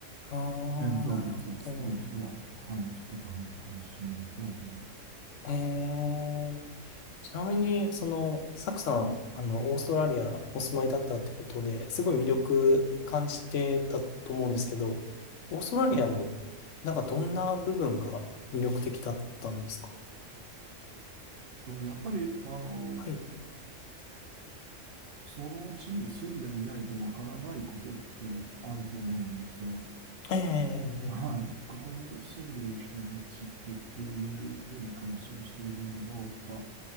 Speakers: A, on the left; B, on the right.
A: ああ、
B: 建造物が好きな人は、
A: なるほど。
B: はい、きっと楽楽しめると思います。
A: ええちなみに、その、サクさん、あの、オーストラリアお住まいだったってことで、すごい魅力感じてたと思うんですけど、オーストラリアの、
B: はい。
A: なんかどんな部分が魅力的だったんですか
B: とやっぱり、あの、
A: はい。
B: その地に住んでみないとわからないことってあると思うんですよ。
A: ええ、ええ、
B: はい。ここに住んでいる人たちってどういうふうな暮らしをしているんだろうとか、